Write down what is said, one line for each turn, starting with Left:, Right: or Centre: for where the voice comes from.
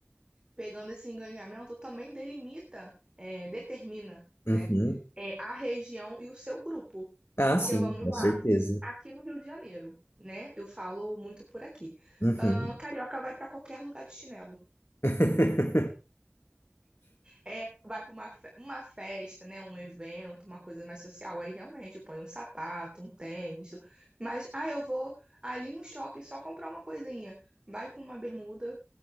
Right: pegando esse engajamento, também delimita, é, determina, né?
Left: uhum.
Right: é, a região e o seu grupo.
Left: Ah,
Right: Porque,
Left: sim,
Right: vamos
Left: com
Right: lá,
Left: certeza.
Right: aqui no Rio de Janeiro, né? Eu falo muito por aqui.
Left: Uhum.
Right: Ahn, carioca vai para qualquer lugar de chinelo.
Left: <laughs>
Right: É, vai para uma, fe- uma festa, né? Um evento, uma coisa mais social. Aí realmente eu ponho um sapato, um tênis. tu- Mas, ah, eu vou ali no shopping só comprar uma coisinha. Vai com uma bermuda,